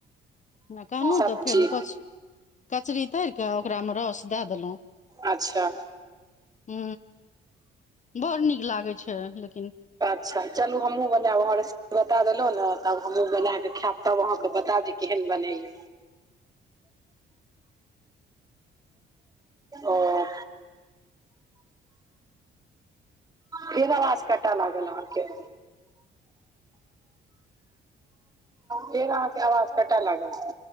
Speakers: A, on the left; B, on the right.
A: ओना कहलहुँ
B: सब्जी
A: तऽ फेर ओ कच कचरी तरि के ओकरामे रस दए देलहुँ
B: अच्छा
A: हु बड़ नीक लागै छै लेकिन
B: अच्छा चलू हमहूँ बनाबहर बता देलहुँ ने तब हमहूँ बना कऽ खायब तब अहाँके बताब जे केहन बनैय ओ फेर आवाज कटाय लागल अहाँके फेर अहाँके आवाज कटय लागत